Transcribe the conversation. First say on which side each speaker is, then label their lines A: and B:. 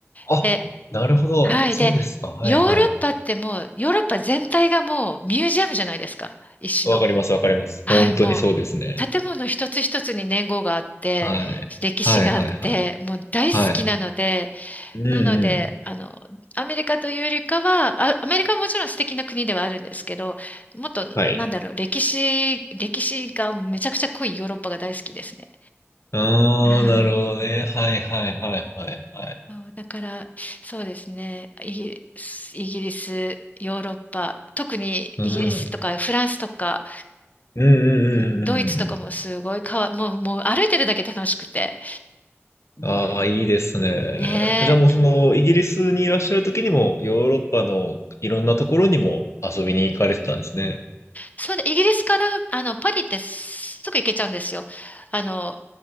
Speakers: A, on the left (about 75°); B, on the left (about 35°).
A: あ、
B: で、
A: なるほど。
B: はい。
A: そうですか。
B: で、
A: はいはい。
B: ヨーロッパってもう、ヨーロッパ全体がもうミュージアムじゃないですか。一種の。
A: わかります、わかります。
B: はい。
A: 本当にそうですね。
B: もう、建物一つ一つに年号があって、
A: はい。
B: 歴史があって、
A: はい、はい、はい。
B: もう大好きなので、
A: はい。うん、
B: なので、
A: うん。
B: あの、アメリカというよりかは、あ、アメリカはもちろん素敵な国ではあるんですけど、もっと、
A: はい。
B: なんだろう、歴史、歴史がめちゃくちゃ濃いヨーロッパが大好きですね。
A: ああ、
B: はい。
A: なるほどね。はい、はい、はい、はい、はい。
B: そうだから、そうですね、イギリス、イギリス、ヨーロッパ、特にイギリスとかフランスとか、
A: うん。うん、うん、
B: うんドイツとかもすごいかわ、
A: うん、うん、うん。
B: もう、もう歩いてるだけで楽しくて。
A: ああ、いいですね。
B: ねえ。
A: じゃあもうその、イギリスにいらっしゃる時にも、ヨーロッパのいろんなところにも遊びに行かれてたんですね。
B: それで、イギリスから、あの、パリってすぐ行けちゃうんですよ。あの、